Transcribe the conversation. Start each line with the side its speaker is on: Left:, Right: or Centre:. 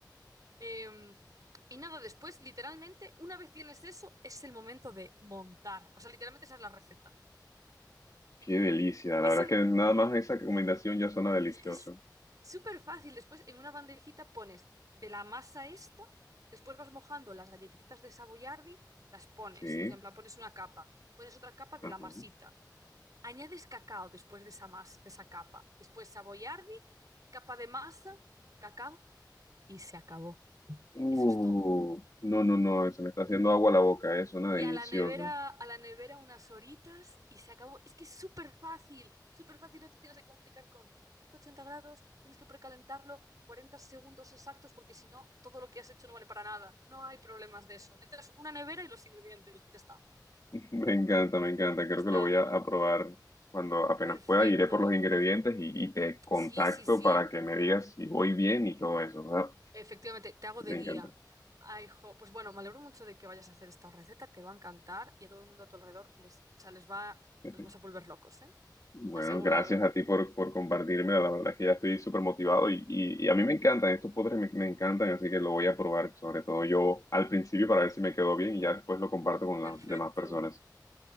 Right: Eh, y nada, después, literalmente, una vez tienes eso, es el momento de montar. O sea, literalmente esa es la receta.
Left: Qué delicia. La
Right: Esa-
Left: verdad es que nada más esa combinación ya suena delicioso.
Right: es que es súper fácil. Después, en una bandejita pones de la masa esta, después vas mojando las galletitas de Savoyardi, las pones.
Left: Sí.
Right: O sea, en plan, pones una capa, pones otra capa de
Left: Ajá.
Right: la masita Añades cacao después de esa masa, de esa capa. Después saboyardi, capa de masa, cacao y se acabó.
Left: Uh,
Right: Eso es todo.
Left: no, no, no, se me está haciendo agua la boca, eh, suena
Right: Y
Left: delicioso.
Right: a la nevera, a la nevera unas horitas y se acabó. Es que es súper fácil, súper fácil, no te tienes que complicar con 180 grados, tienes que precalentarlo 40 segundos exactos porque si no, todo lo que has hecho no vale para nada. No hay problemas de eso. Necesitas una nevera y los ingredientes. Ya está.
Left: <laughs> Me encanta, me encanta, creo
Right: Ya está.
Left: que lo voy a, a probar cuando apenas
Right: Perfecto.
Left: pueda, iré por los ingredientes y, y te contacto
Right: Sí, sí, sí.
Left: para que me digas si voy bien y todo eso, ¿verdad?
Right: Efectivamente, te hago
Left: Me
Right: de guía.
Left: encanta.
Right: Ay, jo, pues bueno, me alegro mucho de que vayas a hacer esta receta, te va a encantar y a todo el mundo a tu alrededor les, o sea, les va,
Left: <laughs>
Right: los vas a volver locos, ¿eh?
Left: Bueno,
Right: Asegurado.
Left: gracias a ti por, por compartirme, la verdad es que ya estoy súper motivado y, y, y a mí me encantan, estos postres me, me encantan, así que lo voy a probar, sobre todo yo al principio para ver si me quedó bien y ya después lo comparto con
Right: Perfecto.
Left: las demás personas.